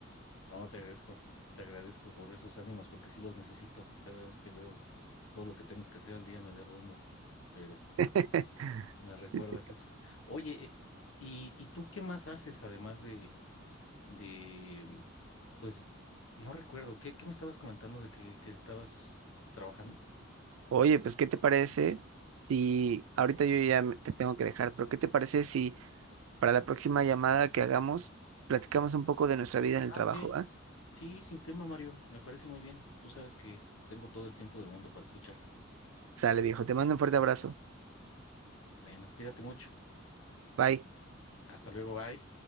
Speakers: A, on the left; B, on the right.
A: No, te agradezco, te agradezco por esos ánimos porque sí los necesito. Cada vez que veo todo lo que tengo que hacer al día me derrumbo, pero
B: <laughs>
A: me recuerdas
B: Sí, te-
A: eso. Oye, eh, ¿y, y tú qué más haces además de de, mm, pues, no recuerdo, ¿qué, qué me estabas comentando de que, que estabas trabajando?
B: Oye, pues, ¿qué te parece si ahorita yo ya me- te tengo que dejar, pero ¿qué te parece si para la próxima llamada que hagamos platicamos un poco de nuestra vida en el
A: Ah,
B: trabajo,
A: ok.
B: ¿va?
A: Sí, sin tema, Mario, me parece muy bien. Tú sabes que tengo todo el tiempo del mundo para escucharte.
B: Sale, viejo, te mando un fuerte abrazo.
A: Bueno, cuídate mucho.
B: Bye.
A: Hasta luego, bye.